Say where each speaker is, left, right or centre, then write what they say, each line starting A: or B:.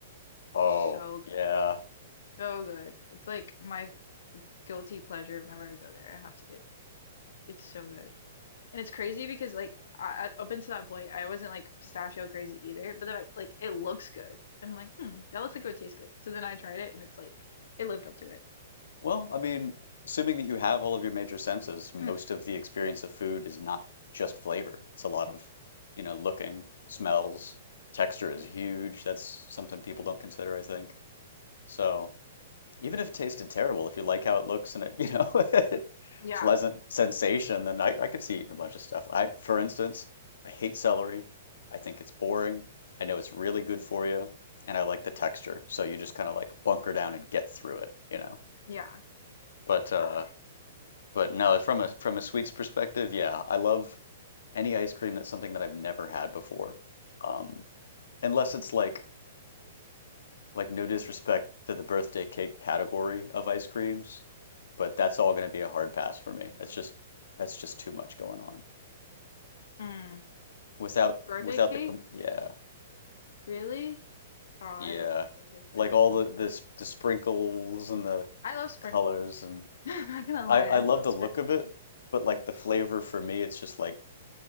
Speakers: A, on the left; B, on the left.
A: Oh,
B: So good.
A: yeah.
B: So good. It's like my guilty pleasure whenever I go there. I have to get it's so good. And it's crazy because like I, I- up until that point, I wasn't like pistachio crazy either. But then I like it looks good, and I'm like, hmm, that looks like it would taste good. So then I tried it, and it's like it lived up to it.
A: Well, I mean, assuming that you have all of your major senses, most
B: <clears throat>
A: of the experience of food is not just flavor. It's a lot of, you know, looking, smells, texture is huge. That's something people don't consider, I think. So, Even if it tasted terrible, if you like how it looks and it, you know, <laughs>
B: Yeah,
A: pleasant sensation, then I, I could see eating a bunch of stuff. I, for instance, I hate celery. I think it's boring. I know it's really good for you, and I like the texture. So you just kind of like bunker down and get through it, you know.
B: yeah,
A: But uh,
B: fact.
A: but no, from a from a sweets perspective, yeah, I love any ice cream that's something that I've never had before. Um, unless it's like like no disrespect to the birthday cake category of ice creams, but that's all going to be a hard pass for me. That's just that's just too much going on.
B: Mm.
A: Without
B: Birthday
A: without
B: cake?
A: the com yeah,
B: Really? Oh, I
A: yeah.
B: love birthday cake flavored
A: Like all
B: anything.
A: the the, s- the sprinkles and the
B: I love sprinkles.
A: colors and
B: <laughs> I'm not gonna lie,
A: I I
B: I
A: love
B: love
A: the
B: sprinkles.
A: look of it, but like the flavor for me it's just like